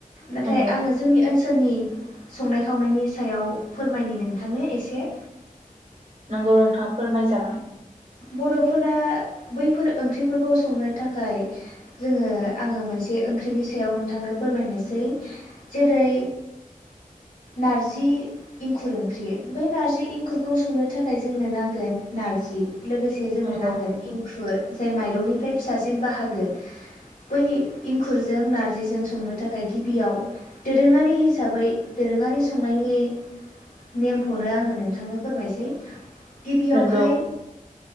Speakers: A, on the left (about 80°); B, on the right (about 65°).
A: नाथाय
B: नंगौ
A: आङो जोंनि ओन सोरनि संनाय खावनायनि सायाव फोरमायनि नोंथांनो एसे।
B: नोंगौ नोंथां फोरमायजागोन।
A: बर'फोरा बैफोर ओंख्रिफोरखौ संनो थाखाय जोङो आङो मोनसे ओंख्रिनि सायाव नोंथांनो फोरमायनोसै जेरै नार्जि इंखुर ओंख्रि बै नारजि इंखुरखौ संनो थाखाय जोंनो नांगोन नार्जि। लोगोसे जोंनो
B: नंगौ
A: नांगोन इंखुर। जाय माइरंनिफ्राय फिसासिन बाहागो बै इंखुरजों नारजिजों संनो थाखाय गिबियाव दोरोङारि हिसाबै दोरोङारि संनायनि नेमखौनो आङो नोंथांनो फोरमायसै। गिबियावहाय
B: नंगौ